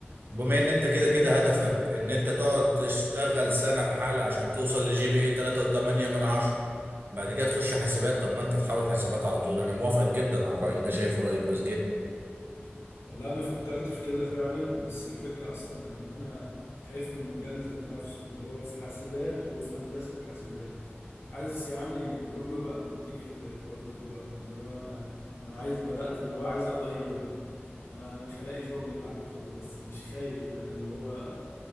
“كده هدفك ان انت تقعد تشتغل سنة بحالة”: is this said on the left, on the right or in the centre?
Right